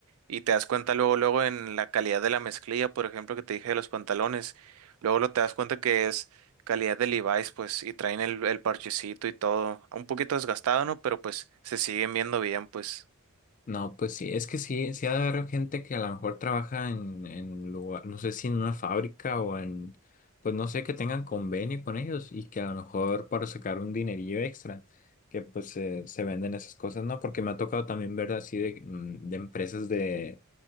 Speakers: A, on the right; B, on the left.
A: Y te das cuenta luego, luego en la calidad de la mezclilla, por ejemplo, que te dije de los pantalones, luego lo te das cuenta que es calidad de Levi's, pues, y traen el, el parchecito y todo, un poquito desgastado, ¿no? Pero pues se siguen viendo bien, pues.
B: No, pues sí, es que sí, sí ha de haber gente que a lo mejor trabaja en, en lugar, no sé si en una fábrica o en, pues no sé, que tengan convenio con ellos y que a lo mejor para sacar un dinerillo extra, que pues se se venden esas cosas, ¿no? Porque me ha tocado también ver así de, mm, de empresas de,